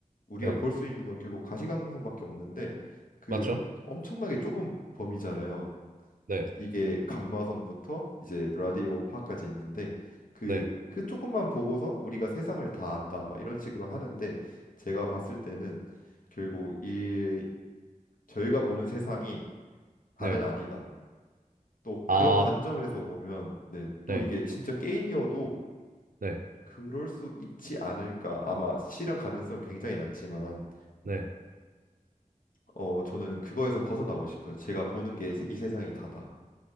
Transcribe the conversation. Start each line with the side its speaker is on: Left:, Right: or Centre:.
Left: 우리가
Right: 네.
Left: 볼 수 있는 건 결국 가시광선밖에 없는데 그
Right: 맞죠?
Left: 엄청나게 좁은 범위잖아요.
Right: 네.
Left: 이게 감마선부터 이제 라디오파까지 있는데 그
Right: 네.
Left: 그 조금만 보고서 우리가 세상을 다 안다 막 이런 식으로 하는데 제가 봤을 때는 결국 이 저희가 보는 세상이 다는
Right: 네.
Left: 아니다. 또
Right: 아,
Left: 그런 관점에서 보면 네, 또
Right: 네.
Left: 이게 진짜 게임이어도
Right: 네.
Left: 그럴 수 있지 않을까. 아마 실현 가능성 은 굉장히 낮지만,
Right: 네.
Left: 어, 저는 그거에서 벗어나고 싶어요. 제가 보는 게 이 세상이 다다.